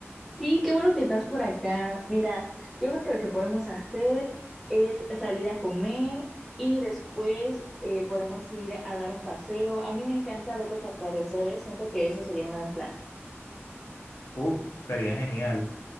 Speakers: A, in the centre; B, on the left.
A: Sí, qué bueno que estás por acá. Mira, yo creo que lo que podemos hacer es salir a comer y después eh, podemos ir a dar un paseo. A mí me encanta ver los atardeceres, siento que eso sería un gran plan.
B: uf, sería genial.